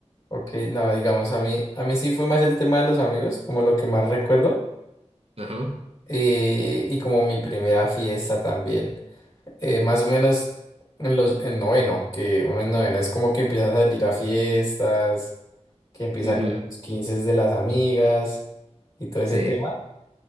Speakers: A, on the left; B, on the right.
A: Ok, no, digamos, a mí, a mí sí fue más el tema de los amigos, como lo que más recuerdo.
B: Ajá.
A: eh, y como mi primera fiesta también. eh, más o menos en los en noveno, que uno en noveno es como que empieza a salir a fiestas, que empieza
B: Ujú.
A: con los 15 de las amigas y todo ese
B: Sí,
A: tema.